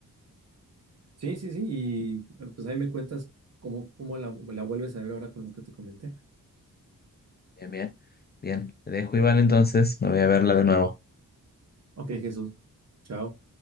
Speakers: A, on the right (about 50°); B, on the left (about 30°).
A: sí, sí, sí, y eh, pues ahí me cuentas cómo, cómo la, la vuelves a ver ahora con lo que te comenté.
B: Bien, bien, bien. Te dejo, Iván, entonces. Me voy a verla de nuevo.
A: Ok, Jesús, chao.